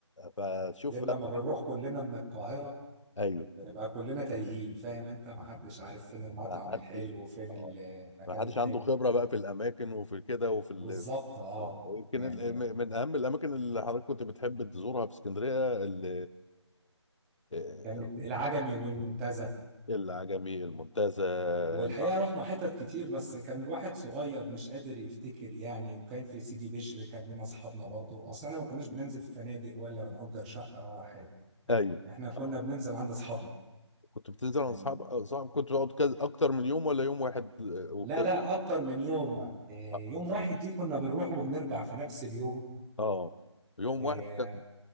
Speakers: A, on the left; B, in the centre.
A: فشوف
B: غير لما
A: بقى طبعا
B: بنروح كلنا من القاهرة
A: ايوه
B: بنبقى كلنا تايهين فاهم انت محدش عارف فين المطعم
A: ما حدش
B: الحلو وفين
A: اه
B: ال- المكان
A: ما حدش
B: الحلو
A: عنده خبرة بقى في الاماكن وفي كده وفي ال...
B: بالظبط اه
A: اه ويمكن
B: يعني
A: ال... م- من اهم الاماكن اللي حضرتك كنت بتحب تزورها في اسكندرية ال... آه،
B: كانت العجمي والمنتزه
A: العجمي المنتزه
B: والحقيقة
A: انت عارف.
B: رحنا حتت كتير بس كان الواحد صغير مش قادر يفتكر يعني وكان في سيدي بشر كان لنا اصحابنا برضو اصل احنا ما كناش بننزل في فنادق ولا بنأجر شقة ولا حاجة
A: ايوه
B: احنا كنا
A: اه
B: بننزل عند اصحابنا
A: كنت بتنزل مع
B: يعني
A: اصحاب اصحاب كنت بتقعد كذا اكتر من يوم ولا يوم واحد آه، وبترجع
B: لا لا اكتر من يوم آه،
A: اه
B: يوم
A: آه.
B: واحد دي كنا بنروح وبنرجع في نفس اليوم
A: اه يوم
B: اه
A: واحد كان-